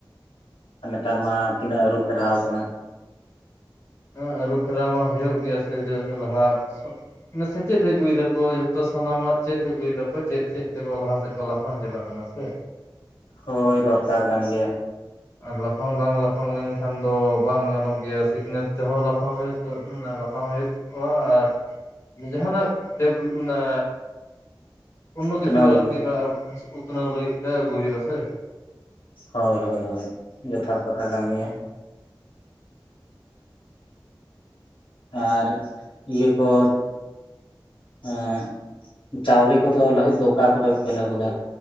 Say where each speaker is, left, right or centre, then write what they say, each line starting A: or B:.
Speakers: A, on the left (about 85°); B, on the left (about 30°).
A: ᱱᱮᱛᱟᱨ ᱢᱟ ᱛᱤᱱᱟᱹᱜ ᱟᱹᱨᱩ-ᱯᱷᱮᱨᱟᱣ ᱟᱠᱟᱱᱟ।
B: ᱦᱟ ᱟᱹᱨᱩ ᱯᱷᱮᱨᱟᱣ ᱢᱟ ᱦᱩᱭᱩᱜ ᱜᱮᱭᱟ ᱥᱮ ᱪᱮᱫᱟᱜ ᱥᱮ ᱞᱟᱦᱟ ᱥᱮᱛ ᱥᱮᱪᱮᱫ ᱟᱹᱜᱩᱭ ᱫᱟᱠᱚ ᱡᱚᱛ ᱛᱚ ᱥᱟᱱᱟᱢᱟᱜ ᱪᱮᱫ ᱟᱹᱜᱩᱭ ᱫᱟᱠᱚ ᱪᱮᱫ ᱪᱮᱫ ᱛᱮᱠᱚ ᱞᱟᱦᱟ ᱥᱮᱫ ᱠᱚ ᱞᱟᱯᱷᱟᱝ ᱪᱟᱞᱟᱜ ᱠᱟᱱᱟ ᱥᱮ।
A: ᱦᱳᱭ ᱫᱚᱨᱠᱟᱨ ᱠᱟᱱ ᱜᱮᱭᱟ।
B: ᱟᱨ ᱞᱟᱯᱷᱟᱝ ᱵᱟᱝ ᱞᱟᱯᱷᱟᱝ ᱞᱮᱱᱠᱷᱟᱱ ᱫᱚ ᱵᱟᱝ ᱜᱟᱱᱚᱜ ᱜᱮᱭᱟ ᱥᱤᱠᱷᱱᱟᱹᱛ ᱛᱮᱦᱚᱸ ᱞᱟᱯᱷᱟᱝ ᱦᱩᱭᱩᱜ ᱞᱟᱯᱷᱟᱝ ᱦᱩᱭᱩᱜ ᱟᱨ ᱡᱟᱦᱟᱱᱟᱜ ᱰᱮᱵᱷ ᱢᱟᱱᱮ ᱚᱱᱱᱚ
A: ᱩᱛᱱᱟᱹᱣ
B: ᱠᱤᱪᱷᱩ
A: ᱞᱟᱹᱜᱤᱫ
B: ᱟᱨᱠᱤ ᱩᱛᱱᱟᱹᱣ ᱞᱟᱹᱜᱤᱫ ᱛᱮ ᱟᱹᱜᱩᱭ ᱦᱩᱭᱩᱜ ᱟ -ᱥᱮ।
A: ᱦᱳᱭ ᱦᱳᱭ ᱦᱳᱭ ᱡᱚᱛᱷᱟᱛ ᱠᱟᱛᱷᱟ ᱠᱟᱱ ᱜᱮᱭᱟ। ᱟᱨ ᱤᱭᱟᱹ ᱠᱚ ᱮᱸᱜ ᱪᱟᱣᱞᱮ ᱠᱚᱫᱚ ᱞᱟᱹᱦᱩᱫ ᱫᱚ ᱚᱠᱟ ᱠᱚᱨᱮ ᱯᱮ ᱞᱟᱹᱦᱩ ᱫᱟ?